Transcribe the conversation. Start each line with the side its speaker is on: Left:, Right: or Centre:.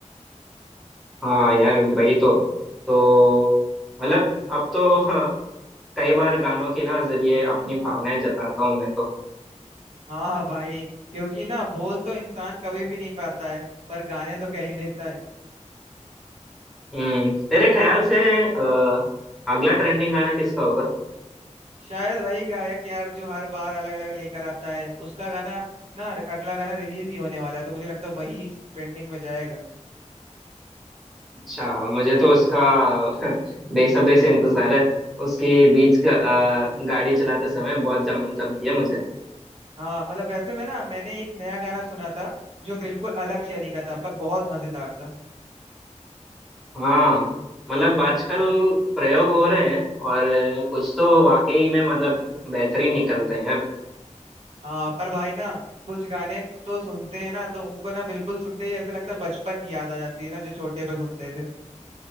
Centre: हाँ यार वही तो तो मतलब अब तो <laughs> कई बार गानों के ना जरिए अपनी भावनाएं जताता हूँ मैं तो
Right: हाँ भाई क्योंकि ना बोल तो इंसान कभी भी नहीं पाता है पर गाने तो कह ही देता है
Centre: हम्म तेरे ख्याल से अ, अगला ट्रेंडिंग गाना किसका होगा
Right: शायद वही गायक यार जो हर बार अलग अलग लेकर आता है उसका गाना ना अगला गाना रिलीज ही होने वाला है तो मुझे लगता है वही ट्रेंडिंग में जाएगा
Centre: अच्छा मुझे तो उसका <laughs> बेसब्री से इंतजार है उसकी बीट्स गाड़ी चलाते समय बहुत जम जमती है मुझे
Right: हाँ मतलब वैसे में ना मैंने एक नया गाना सुना था जो बिल्कुल अलग शैली का था पर बहुत मजेदार था
Centre: हाँ मतलब आजकल प्रयोग हो रहे हैं और कुछ तो वाकई में मतलब बेहतरीन निकलते हैं यार
Right: हाँ पर भाई ना कुछ गाने तो सुनते हैं ना तो उनको ना बिल्कुल सुनते ही ऐसा लगता है बचपन की याद आ जाती है ना जो छोटे पे सुनते थे